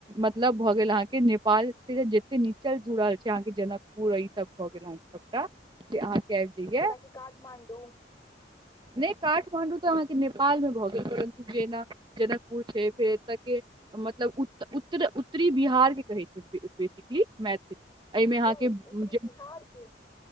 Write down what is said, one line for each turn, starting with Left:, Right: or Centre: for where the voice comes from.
Right: मतलब भए गेल अहाँके नेपाल से जते नीचा जुड़ल छैय अहाँके जनकपुर ई सब भए गेल अहाँके सबटा से अहाँ के आइब जाइए,
Left: जेनाकि काठमाण्डू
Right: नय काठमाणडू तऽ अहाँके नेपालमे भ परु जेना जनकपुर छैय फेर एत के मतलब उ उत्त उत्तरी बिहारके कहै छैय बेसिकली मैथिल एहिमे अहाँ
Left: ओ
Right: <unintelligible>
Left: उत्तरी बिहार के